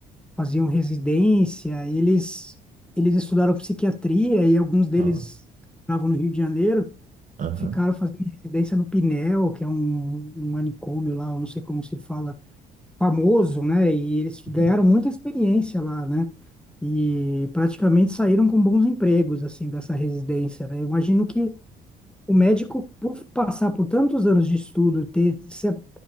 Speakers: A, in the centre; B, on the right.
A: Faziam residência, eles, eles estudaram psiquiatria e alguns deles
B: Ah,
A: estavam no Rio de Janeiro,
B: Aham.
A: ficaram fazendo residência no Pinel, que é um, um manicômio lá, eu não sei como se fala, famoso, né? E eles ganharam
B: Uhum.
A: muita experiência lá, né? E praticamente saíram com bons empregos, assim, dessa residência, né? Eu imagino que o médico, por passar por tantos anos de estudo, ter ser